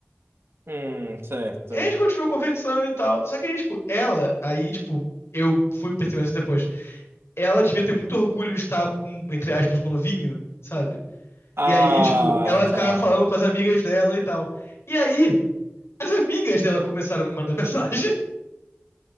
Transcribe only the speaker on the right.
hum, certo.
Ah,
tá.